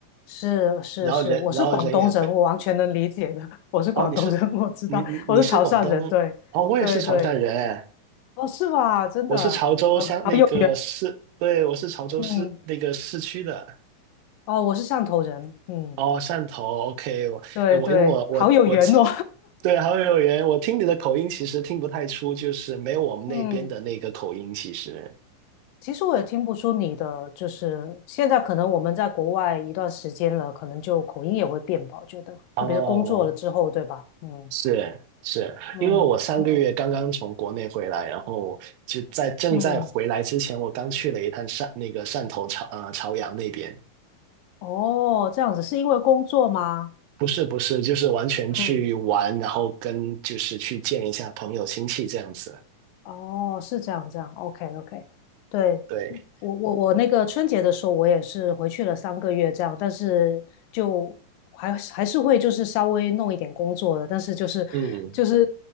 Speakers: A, on the left; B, on the right.
A: 是是是，
B: 然后人，
A: 我是广东人，
B: 然后人也非
A: 我完全能理解的。我是广东人，
B: 哦，你是你你是广东哦，
A: 我知道，我是潮汕人。对对对，
B: 我也是潮汕人哎，
A: 哦，是吧？真的，
B: 我是潮州乡那个市，
A: 好好有，
B: 对，我是潮州市那个市区的
A: 嗯，哦，我是汕头人，嗯，
B: 哦，汕头，OK，我哎我因为我我我
A: 对对，好有缘哦，
B: 对，好有缘，我听你的口音其实听不太出，就是没有我们那边的那个口音，
A: <laughs> 嗯。
B: 其实
A: 其实我也听不出你的，就是现在可能我们在国外一段时间了，可能就口音也会变吧，我觉得，
B: 哦，
A: 特别是工作了之后，对吧？嗯
B: 是是，
A: 嗯嗯
B: 因为我上个月刚刚从国内回来，然后就在正在回来之前，
A: 嗯，
B: 我刚去了一趟汕那个汕头潮呃潮阳那边。
A: 哦，这样子是因为工作吗？
B: 不是不是，就是完全去玩，
A: 嗯，
B: 然后跟就是去见一下朋友亲戚这样子。
A: 哦，是这样这样，OK OK，对，
B: 对，
A: 我我我那个春节的时候，我也是回去了三个月这样，但是就还是还是会就是稍微弄一点工作的，但是就是就是
B: 嗯，